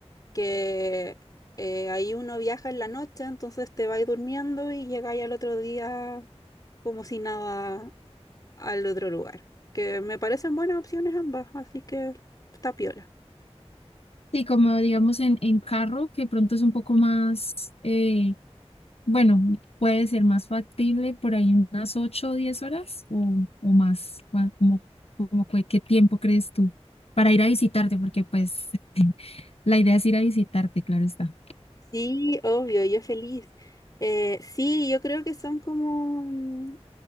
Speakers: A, on the left; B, on the left.
A: que eh, ahí uno viaja en la noche, entonces te vas durmiendo y llegáis al otro día como si nada al otro lugar. Que me parecen buenas opciones ambas, así que está piola.
B: Sí, como digamos en, en carro, que pronto es un poco más, eh, bueno, puede ser más factible por ahí unas 8 o 10 horas o, o más, cua- como, como que- qué tiempo crees tú para ir a visitarte, porque pues <laughs> la idea es ir a visitarte, claro está.
A: Sí, obvio, yo feliz. Eh, sí, yo creo que son como, mm,